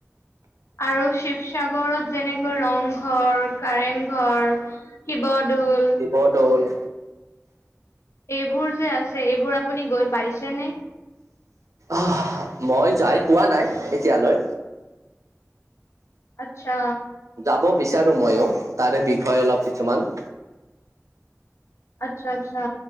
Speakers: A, on the left (about 65°); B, on the right (about 85°).
A: আৰু শিৱসাগৰত যেনেকৈ ৰংঘৰ কাৰেংঘৰ, শিৱদৌল
B: শিৱদৌল
A: এইবোৰ যে আছে এইবোৰ আপুনি গৈ পাইছেনে
B: অহ মই যাই পোৱা নাই এতিয়ালৈ
A: আচ্ছা।
B: যাব বিচাৰো ময়ো তাৰে বিষয় অলপ কিছুমান
A: আচ্ছা আচ্ছা